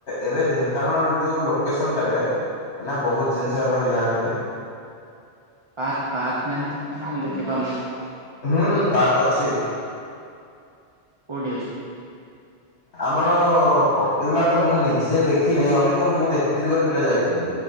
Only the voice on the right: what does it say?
ପାର୍କ ପାର୍କ ନାହିଁ ତ କାଇଁ ମୁଁ ଦେଖି ପାରୁନି।
କୋଉଠି ଅଛି?